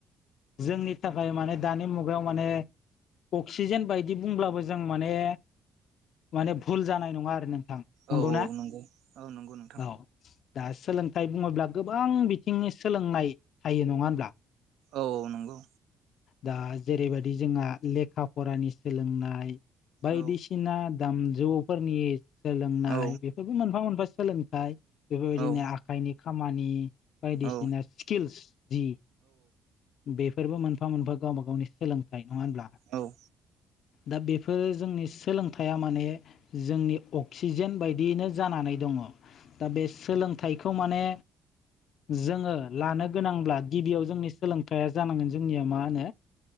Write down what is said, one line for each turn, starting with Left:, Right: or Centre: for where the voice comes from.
Left: जोंनि थाखाय माने दानि मुगायाव माने, अक्सिजेन बायदि बुंब्लाबो जों माने, माने भुल जानाय नङा आरो नोंथां। नंगौना
Right: औ - औ नंगौ औ नंगौ नों
Left: औ, दा सोलोंथाइ बुङोब्ला गोबां बिथिंनि सोलोंनाय थायो नङा होनब्ला?
Right: औ - औ नंगौ।
Left: दा जेरैबायदि जोंहा लेखा - फरानि सोलोंनाय, बायदिसिना
Right: औ
Left: दामजौफोरनि सोलोंनाय
Right: औ
Left: बेफोरबो मोनफा मोनफा सोलोंथाइ बेफोरबायदिनो
Right: औ
Left: आखाइनि खामानि बायदिसिना
Right: औ
Left: स्किल्स जि बेफोरबो मोनफा- मोनफा गावबा गावनि सोलोंथाइ नङा होनब्ला
Right: औ औ
Left: दा बेफोरो जोंनि सोलोंथाइया माने जोंनि अक्सिजेन बायदियैनो जानानै दङ दा बे सोलोंथाइखौ माने जोङो लानो गोनांब्ला गिबियाव जोंनि सोलोंथाइा जानांगोन जोंनिया मा होनो